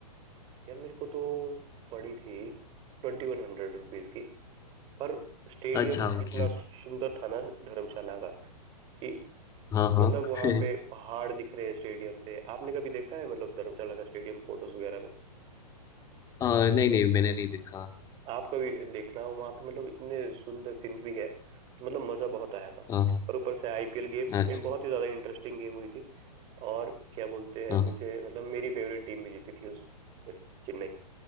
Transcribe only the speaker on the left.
अच्छा ओके
हाँ हाँ
<laughs>
अ, नहीं नहीं मैंने नहीं देखा
हाँ हाँ,
अच्छा
हाँ